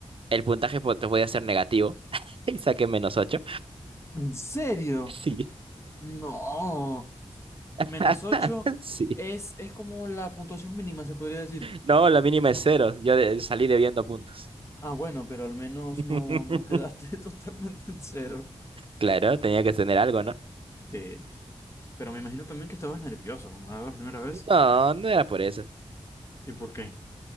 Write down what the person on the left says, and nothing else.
¿En serio?
No,
menos 8
es, es como la puntuación mínima, se podría decir.
Ah, bueno, pero al menos
no, no quedaste <laughs> totalmente en cero.
Sí, pero me imagino también que estabas nervioso, como era la primera vez.
¿Y por qué?